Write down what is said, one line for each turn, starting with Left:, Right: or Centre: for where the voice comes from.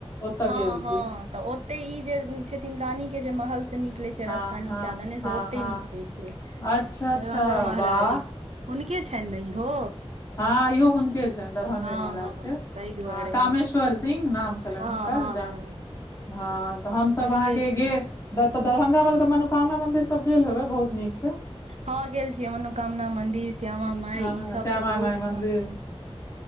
Left: ओतय
Right: हँ
Left: गेल
Right: हँ
Left: छी
Right: तऽ ओते इ जे छथिन रानी केँ जे महल। निकले छैय
Left: हँ
Right: रस्ता
Left: हँ
Right: नीचा देने
Left: हँ
Right: से ओते
Left: हँ
Right: निकले छैय <inaudible>
Left: अच्छा अच्छा
Right: दरभंगा महाराज।
Left: वाह
Right: हुनके छैनि न इहो।
Left: हँ इहो हुनके छैन दरभंगे
Right: हँ
Left: महाराज
Right: हँ
Left: केँ
Right: ताहि दुआरे
Left: हँ कामेश्वर सिंह नाम। छलैन
Right: हँ
Left: हुनकर
Right: हँ
Left: जहाँ
Right: हँ
Left: <inaudible> हँ तऽ हमसब
Right: हुनके
Left: अहाँकेँ
Right: छनि
Left: गेल। दऽ तऽ दरभंगा में वाला मनोकामना मंदिर सब गेल हेबै बहुत नीक छैय।
Right: हँ गेल छियै मनोकामना मन्दिर। श्यामा माई
Left: हँ
Right: इ सब
Left: श्यामा
Right: तऽ बहुत
Left: माइ मन्दिर